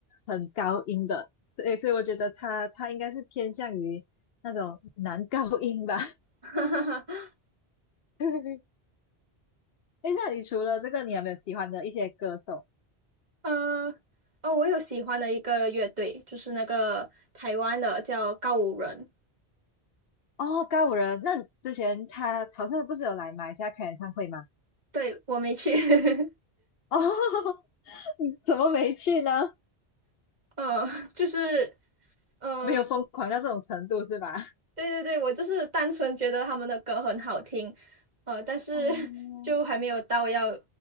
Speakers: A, on the left; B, on the right.
A: 很高音的，所以所以我觉得他他应该是偏向于那种男高音吧。
B: <laughs>
A: <laughs> 哎，那你除了这个，你有没有喜欢的一些歌手？
B: 嗯，哦，我有喜欢的一个乐队，就是那个台湾的叫告五人。
A: 哦，高五人，那之前他好像不是有来马来西亚开演唱会吗？
B: 对，我没去。<laughs>
A: 哦，<laughs> 你怎么没去呢？
B: 嗯，就是，呃
A: 没有疯狂到这种程度是吧？
B: 对对对，我就是单纯觉得他们的歌很好听，呃，但是
A: 哦，
B: <laughs> 就还没有到要